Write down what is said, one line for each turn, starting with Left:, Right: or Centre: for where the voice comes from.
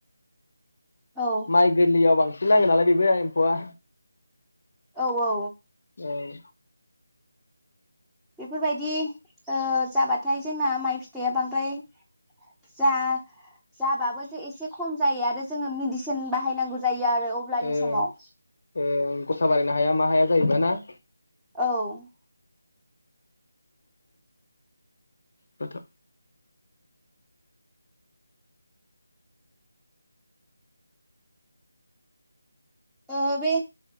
Centre: औ
Left: माइ गोरलैयाव बांसिन नाङो नालाय बे <unintelligible>
Centre: औ औ
Left: ओं
Centre: बेफोरबायदि ओ जाबाथाय जोंना माइ फिथाइया बांद्राय जा जाबाबो जे एसे खम जायो आरो जोङो मेडिसिन बाहायनांगौ जाय ो आरो अब्लानि
Left: ओं
Centre: समाव
Left: ओं गसा बारायनो हाया मा हाया जाहैबाय ना
Centre: औ
Left: खथ'
Centre: ओ बे